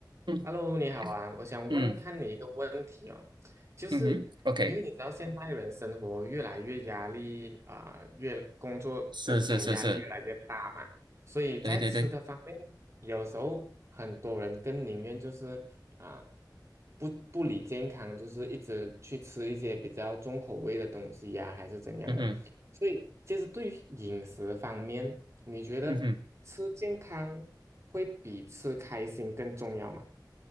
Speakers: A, on the right (about 85°); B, on the right (about 40°).
A: 嗯
B: Hello，你好啊，我想问看你一个问题哦，
A: 嗯
B: 就是
A: 嗯哼，OK，
B: 因为你知道现代人生活越来越压力啊、越工作的这种压力越来越大嘛，
A: 是是是是，
B: 所以在吃的方面，
A: 对对对，
B: 有时候很多人更宁愿就是啊、不不理健康，就是一直去吃一些比较重口味的东西呀、还是怎样的。
A: 嗯哼
B: 所以，其实对于饮食方面，你觉得吃健康会比吃开心更重要吗？
A: 嗯哼。